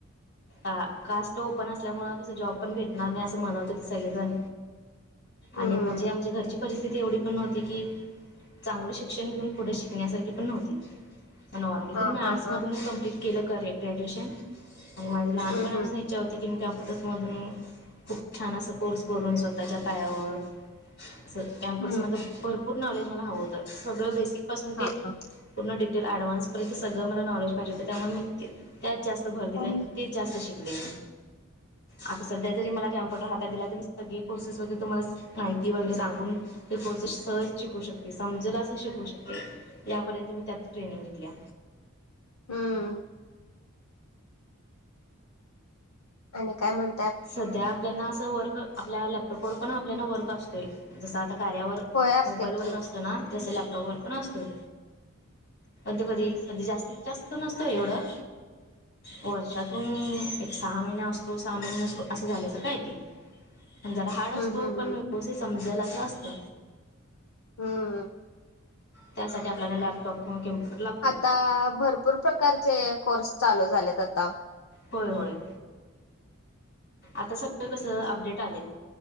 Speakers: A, on the left; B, on the left.
A: अ कास्ट ओपन असल्यामूळ कस जॉब पण भेटणार नाही अस म्हणत होते सगळे जण
B: हम्म
A: आणि म्हणजे आमच्या घरची परिस तिथी एवढी पण नव्हती की चांगलं शिक्षण घेऊन पुढे शिकण्यासारखी पण नव्हती. नॉर्मल
B: हा
A: तरी मी आर्टस
B: हा हा
A: मधून कॉम्प्लेट केलं करे ग्रॅज्युएशन आणि माझे लहानपणापासून
B: हम्म हम्म
A: इच्छा होती की मी कॅम्प्युटर्स मधून खूप छान अस कोर्स करून स्व स्वतःच्या पायावर असं कम्प्युटर्स
B: हम्म
A: मधलं भरपूर नॉलेज मला हवं होतं सगळं बेसिक पासून
B: हा
A: ते
B: हा.
A: पूर्ण डिटेल ॲडव्हान्सपर्यंत सगळंला मला नॉलेज पाहिजे तर त्यामुळे मी त्या त्यात जास्त भर दिल
B: हम्म
A: आणि तेच जास्त शिकले मी आता सध्या जरी मला कॅम्प्युटर हातात दिला तरी सगळे कोर्सेस वगैरे तुम्हाला माहिती वगैरे सांगून ते कोर्सेस सहज शिकू शकते समजेल अस शिकू शकते. यापर्यंत मी त्यात ट्रेनिंग घेतलिया.
B: हम्म आणि काय म्हण
A: सध्या आपल्याना असं वर्क आपल्या लॅपटॉपवर पण आपल्यालना वर्क असतोय जस आता कार्यावर
B: होय असते
A: मोबाईलवर
B: की
A: असतो ना जसं लॅपटॉपवर पण असतोय. पण त्यो कधी कधी जास्तीत जास्त नसतोय एवढं वर्षातून एक सहा महिने असतो सहा महीने असं झालतर काय ते पण जरा हार्ड
B: हम्म
A: असतो
B: हम्म
A: पण
B: हम्म
A: व्यवस्थित समजल असं असतं.
B: हम्म
A: त्यासाठी आपल्याला लॅप टॉप किंव्हा कम्प्युटर लाग
B: आता भरपूर प्रकारचे कोर्स चालू झालेत आता.
A: होय होय. आता सगळं कस अपडेट आलेत